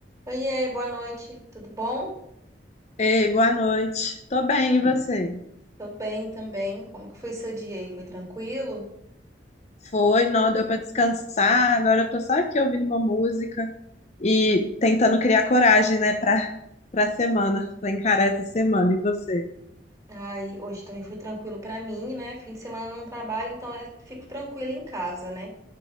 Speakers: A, on the right; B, on the left.
A: Oiê, boa noite, tudo bom?
B: Ei, boa noite. Tô bem, e você?
A: Tô bem também. Como que foi seu dia aí? Foi tranquilo?
B: Foi, não, deu pra descansar. Agora eu tô só aqui ouvindo uma música e tentando criar coragem, né, pra, pra semana, pra encarar essa semana. E você?
A: Ai, hoje também foi tranquilo pra mim, né? Fim de semana eu não trabalho, então eu fico tranquila em casa, né?